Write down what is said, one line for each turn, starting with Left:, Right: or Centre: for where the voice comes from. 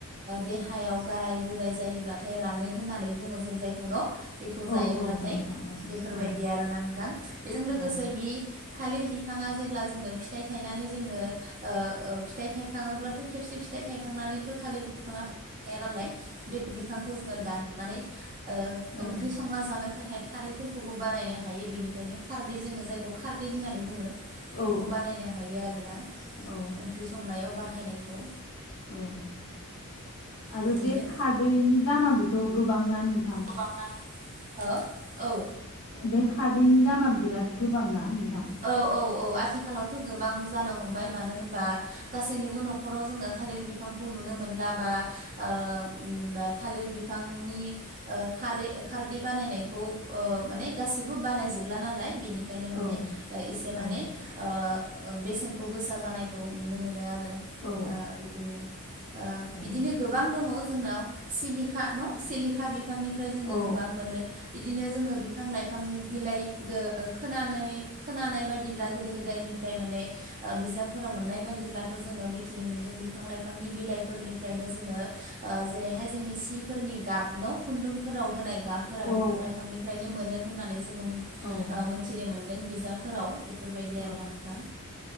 Right: देहा हायाव गाराय गुराय जायोब्लाथाय रानो होननानै बुङो जों जायखौनो बेखौ
Left: औ
Right: जायोब्लाथाय
Left: नोंथां औ
Right: बेफोरबायदि आरो ना नोंथां बेजों लोगोसे
Left: औ
Right: बि थालिर बिफाङा जेब्ला जोङो फिथाइ थायनानै जोङो ओ ओ फिथाइ थाइखाङोब्लाथ' खेबसे फिथाइ थायखांनानैथ' थालिर बिफाङा थ गाया नालाय बे बिफांखौ जोङो दाननानै ओ
Left: औ
Right: ओंख्रि संना जानो थाखाय खारैफोरखौबो बानायनो हायो बेनिखायनो खारदै जोङो जायखौ खारदै होननानै बुङो।
Left: औ
Right: बेखौ बानायनो हायो आरोना
Left: औ
Right: ओंख्रि संनायाव बाहायनायखौ
Left: औ आरो
Right: बिदिनो
Left: बे खारदैनि दामाबोथ' गोबांना नोंथां
Right: <unintelligible> हो औ
Left: बे खारदैनि दामा बिराद गोबां ना नोंथां
Right: औ औ औ आथिखालावथ' गोबां जानो हमबाय मानो होमबा गासैनिबो न'खराव जोङो थालिर बि फांखौ नुनो मोनला बा ओ बा थालिर बिफांनि ओ खारै खारदै बानायनायखौ माने गासिबो बानायजोबला नालाय बिनिख खायनो
Left: औ
Right: माने ओ एसे माने
Left: औ
Right: ओ बेसेनखौ गोसा जानायखौ नुनो मोनो आरो। ओ
Left: औ
Right: बिदिनो। ओ
Left: औ
Right: बिदिनो गोबां दङ जोंनाव सिलिखा न' सिलिखा बि फांनिफ्राय जोङो
Left: औ
Right: गोबां मोनो बि बिदिनो जोङो बिफां लाइफांनि बिलाइ गो खोनानै खोनानाय बायदिब्ला गोदो गोदायनिफ्राय माने ओ बिजाबफोराव मोननाय बायदिब्लाथ' जोङो मिथिनो मोनदों बिफां लाइफांनि बिलाइफोरनिफ्रायनो जोङो ओ जेरैहाय जोंनि सिफोरनि गाब न' खुन्दुंफोराव होनाय गाबफोरा
Left: औ
Right: बिफां लाइफांनिफ्रायनो मोनो होननानै जोङो मोन
Left: औ
Right: ओ मोनथिनो मोनदों बिजाबफोराव। बेफोरबायदि आरोना
Left: औ
Right: नोंथां